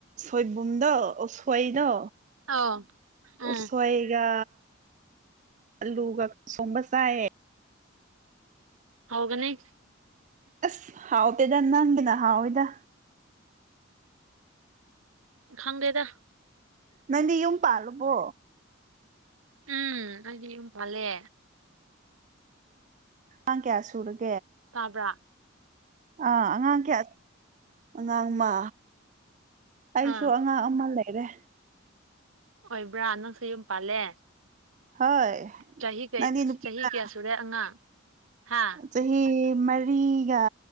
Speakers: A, on the right; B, on the right.
A: ꯁꯣꯏꯕꯨꯝꯗꯣ ꯎꯁꯣꯏꯗꯣ
B: ꯑꯧ
A: ꯑꯣ
B: ꯎꯝ
A: ꯁꯏꯒ ꯂꯨꯒ ꯁꯣꯝꯕꯁꯑꯦ
B: ꯍꯒꯅꯦ
A: ꯑꯁ ꯍꯥꯎ ꯄꯦꯗ ꯅꯪꯗꯅ ꯍꯥꯎꯦꯗ
B: ꯈꯪꯒꯦꯗ
A: ꯅꯪꯗꯤ ꯌꯨꯝ ꯄꯥꯜꯂꯨꯕꯣ
B: ꯎꯝ ꯑꯗ ꯌꯨꯝ ꯐꯂꯦ
A: ꯍ ꯀꯌꯥ ꯁꯨꯔꯒ
B: ꯇꯥꯕ꯭ꯔ
A: ꯑꯥ ꯑꯉꯥꯡ ꯀꯌꯥ ꯑꯉꯥꯡꯃ ꯑꯩꯁꯨ
B: ꯑꯥ
A: ꯑꯉꯥꯡ ꯑꯃ ꯂꯩꯔꯦ
B: ꯑꯣꯏꯕ꯭ꯔꯥ ꯅꯪꯁꯨ ꯌꯨꯝ ꯄꯥꯜꯂꯦ
A: ꯍꯣꯏ
B: ꯆꯍꯤ ꯀꯌꯥ
A: ꯅꯪꯗꯤ ꯅꯨꯄꯤꯒ
B: ꯆꯍꯤ ꯀꯌꯥ ꯁꯨꯔꯦ ꯑꯉꯥꯡ ꯍꯥ
A: ꯆꯍꯤ ꯃꯔꯤꯒ